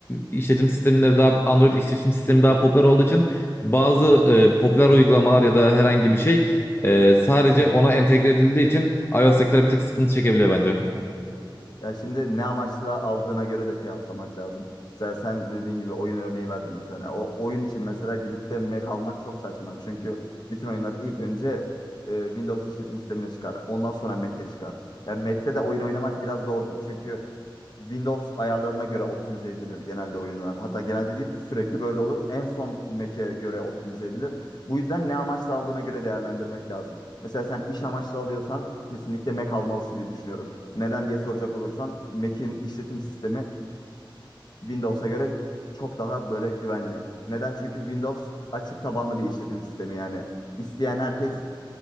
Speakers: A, on the left; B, on the left.
A: işletim sistemleri daha Android işletim sistemi daha popüler olduğu için bazı e, popüler uygulamalar ya da herhangi bir şey e, sadece ona entegre edildiği için iOS'takiler bir tık sıkıntı çekebiliyor bence.
B: Ya şimdi ne amaçla aldığına göre de kıyaslamak lazım. Mesela sen dediğin gibi oyun örneği verdim bir tane. O oyun için mesela gidip de Mac almak çok saçma. Çünkü bütün oyunlar ilk önce e, Windows işletim sistemine çıkar. Ondan sonra Mac'e çıkar. Yani Mac'te de oyun oynamak biraz zordur. Çünkü Windows ayarlarına göre optimize edilir genelde oyunlar. Hatta genelde değil sürekli böyle olur. En son Mac'e göre optimize edilir. Bu yüzden ne amaçla aldığına göre değerlendirmek lazım. Mesela sen iş amaçlı alıyorsan kesinlikle Mac almalısın diye düşünüyorum. Neden diye soracak olursan Mac'in işletim sistemi Windows'a göre çok daha böyle güvenli. Neden? Çünkü Windows açık tabanlı bir işletim sistemi yani. İsteyen herkes